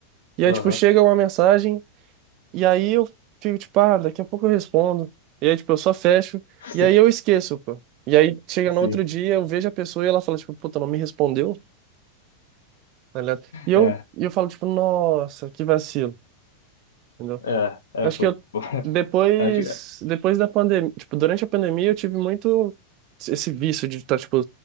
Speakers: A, on the right (about 40°); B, on the left (about 65°).
A: e
B: aham,
A: aí, tipo, chega uma mensagem, E aí eu fico tipo, ah, daqui a pouco eu respondo. E aí, tipo, eu só fecho.
B: <laughs>
A: E
B: Sim,
A: aí eu esqueço, pô. E aí chega
B: sim,
A: no outro dia, eu vejo a pessoa e ela fala, tipo, puta, não me respondeu, tá ligado? E eu,
B: é,
A: e eu falo, tipo, nossa, que vacilo, entendeu?
B: é, é,
A: Eu Acho
B: pô,
A: que eu,
B: pô, <laughs>
A: depois,
B: acho que,
A: depois da pandemia, tipo, durante a pandemia eu tive muito esse vício de estar, tipo,